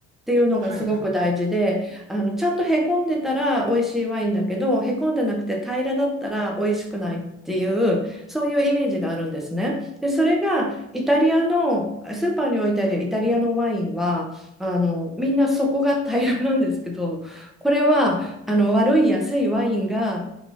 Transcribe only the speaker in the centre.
ていうのがすごく大事で、
あの、ちゃんとへこんでたら美味しいワインだけど、へこんでなくて平らだったら美味しくないっていう、そういうイメージがあるんですね。で、それがイタリアの、スーパーに置いてあるイタリアのワインは、あの、みんなそこが平らなんですけど、これは、あの、悪い安いワインが